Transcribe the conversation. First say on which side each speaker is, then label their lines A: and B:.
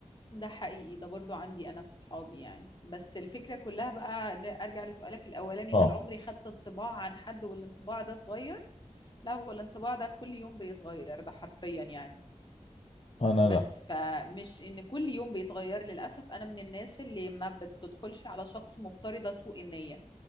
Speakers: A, on the left; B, on the left.
A: ده حقيقي ده برضو عندي أنا في صحابي يعني بس الفكرة كلها بقى ن- أرجع لسؤالك الأولاني
B: آه
A: هل عمري خدت انطباع عن حد والانطباع ده اتغير؟ لا هو الانطباع ده كل يوم بيتغير ده حرفيا يعني
B: أنا
A: بس
B: لا
A: فمش إن كل يوم بيتغير للأسف أنا من الناس اللي ما بتدخلش على شخص مفترضة سوء النية